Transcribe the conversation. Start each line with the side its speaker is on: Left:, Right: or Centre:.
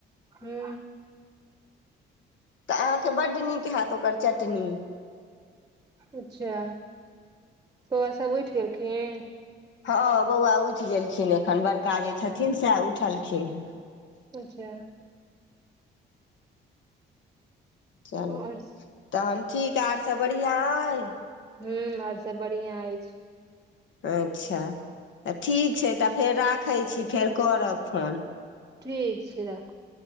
Right: हू
Left: तऽ अहाँके बड्ड नीक हत ओकर चटनी
Right: अच्छा बौआ सब उठि गेलखिन
Left: हँ बौआ उठि गेलखिन एखन बड़का जे छथिन सेह उठलखिन हे
Right: अच्छा <inaudible>
Left: चलू
Right: आओर
Left: तहन ठीक आर सब बढ़िआँ अइए
Right: हू ओर सब बढ़िआँ अछि
Left: अच्छा त ठीक छै त फेर राखै छी फेर करब फोन
Right: ठीक छै राखूँ